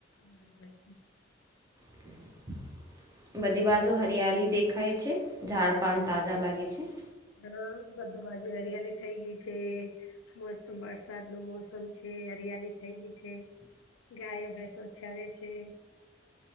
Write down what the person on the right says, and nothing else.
<inaudible> બધી બાજો હરિયાળી દેખાય છે ઝાડપાન તાજા લાગે છે.